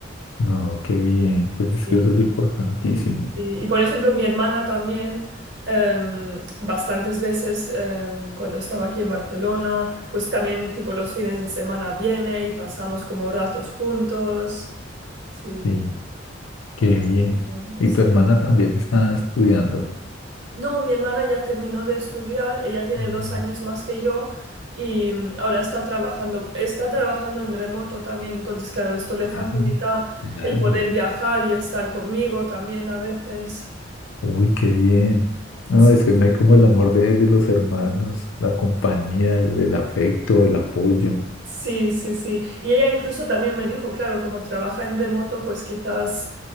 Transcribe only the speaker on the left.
No, qué bien. Pues es
que eso es importantísimo.
Sí, qué
bien. ¿Y tu hermana
también está estudiando?
Mm.
Ah, claro.
Uy, qué bien. No,
es que no hay como el amor de, de los hermanos, la compañía, el, el afecto, el apoyo.